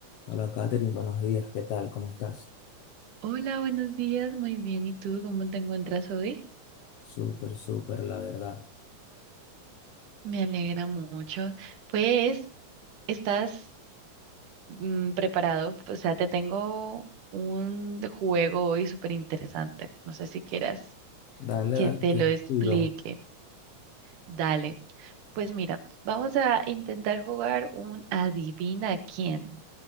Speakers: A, on the left; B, on the right.
A: Hola Katherine, buenos días, ¿qué tal? ¿Cómo estás?
B: Hola, buenos días, muy bien. ¿Y tú cómo te encuentras hoy?
A: Súper, súper, la verdad.
B: Me alegra mucho. Pues, ¿estás mm, preparado? O sea, te tengo un juego hoy súper interesante. No sé si quieras
A: Dale,
B: que
A: dale,
B: te
A: estoy
B: lo
A: activo.
B: explique. Dale. Pues mira, vamos a intentar jugar un adivina quién.